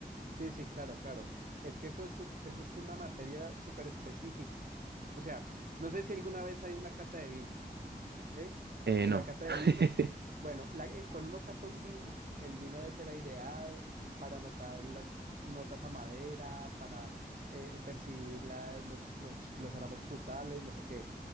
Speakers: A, on the right; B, on the right.
A: sí, sí, claro, claro. Es que eso es un- eso es una materia súper específica. O sea, no sé si alguna vez hay una cata de vino. ¿sí?
B: Eh,
A: En
B: no.
A: la cata
B: <laughs>
A: de vinos, bueno, la- eh, cuando uno cata un vino, el vino debe ser aireado para notar las notas a madera, para eh, percibir la- los, los, los aromas frutales, no sé qué.